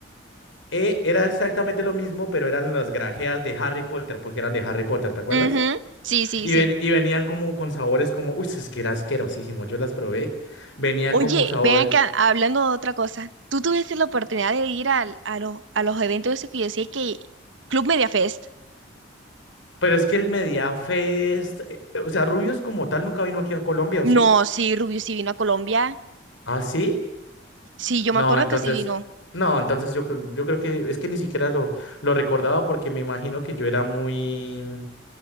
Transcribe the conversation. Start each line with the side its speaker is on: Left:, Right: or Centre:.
Left: Eh, era exactamente lo mismo, pero eran las grajeas de Harry Potter, porque eran de Harry Potter, ¿te acuerdas?
Right: Ujú. Sí, sí,
Left: Y,
Right: sí.
Left: ven- y venían como con sabores como, uy, es que era asquerosísimo, yo las probé, venía
Right: Oye,
Left: como sabores.
Right: ven acá, hablando de otra cosa. ¿Tú tuviste la oportunidad de ir al- a, los, a los eventos esos que yo decía que Club Media Fest?
Left: Pero es que el Media Fest, eh, eh, o sea, Rubios como tal nunca vino aquí a Colombia,
Right: No,
Left: ¿o sí?
Right: sí, Rubio sí vino a Colombia.
Left: ¿Ah, sí?
Right: Sí, yo
Left: No,
Right: me acuerdo
Left: entonces,
Right: que sí vino.
Left: no, entonces yo, cre- yo creo que es que ni siquiera lo, lo recordaba porque me imagino que yo era muy,